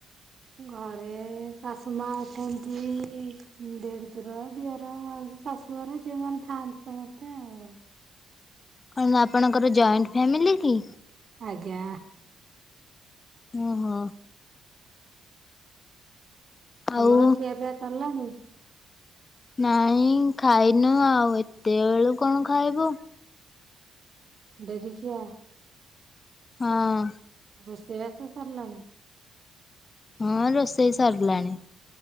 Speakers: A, on the right (about 50°); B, on the left (about 35°).
A: ଘରେ ଶାଶୁ ମା ଅଛନ୍ତି ଦେଢଶୁର ଦିଅର ଭାଉଜ। ଶାଶୁଘର ଯେଉଁମାନେ ଥାଆନ୍ତି ସମସ୍ତେ ଆଉ।
B: କଣ ଆପଣଙ୍କର ଜଏଣ୍ଟ ଫ୍ୟାମିଲି କି?
A: ଆଜ୍ଞା।
B: ଓହୋ। ଆଉ
A: ତମର ଖିଆ ପିଆ ସରିଲାଣି?
B: ନାଇଁ ଖାଇନୁ ଆଉ ଏତେ ବେଳୁ କଣ ଖାଇବୁ।
A: ଡେରିରେ ଖିଆ।
B: ହଁ।
A: ରୋଷେଇବାସ ସାରିଲାଣି?
B: ହଁ ରୋଷେଇ ସାରିଲାଣି।